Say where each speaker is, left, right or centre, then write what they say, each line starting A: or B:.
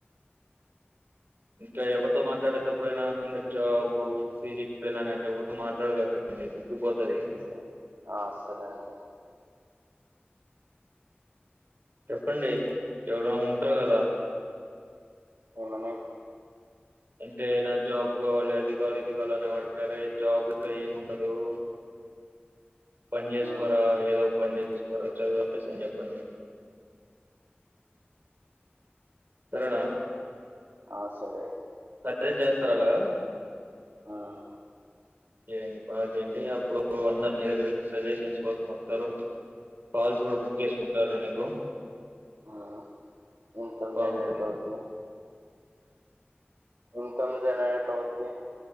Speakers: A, on the right; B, on the right.
A: ఇంకా ఎవరితో మాట్లాడేతప్పుడైన ఇంగా జాబు సి. జి. పి లని అటు ఎవరితో మాటడమకు అంటే సిగ్గుపోతది
B: సరే ఆ సరే అంట
A: చెప్పండి ఎవరైనా ఉంటారు కదా
B: ఏమని
A: అంటే నా జాబ్ కావాలి అది కావాలి ఇది కావాలి అనేవాడికైతే జాబ్ లో ఏమి ఉండదు <inaudible> పని చేసుకోరా
B: ఉమ్,
A: ఏదో ఒక పని చేసుకోరా చదువు ఆపేసి అని చెప్పండి సరేనా
B: ఆ సరే
A: అదే చేస్తారు అలాగా
B: ఉమ్,
A: చేయండి బాగా చేయండి అప్పుడు అందరు నీ దగ్గరే సజెషన్స్ కోసం వస్తారు కాల్స్ కూడా బుక్ చేసుకుంటారు నీకు
B: ఆ ఇన్కమ్
A: బాగుంటుంది
B: జనరేట్ అవుద్ది ఇన్కమ్ జెనరేట్ అవుద్ది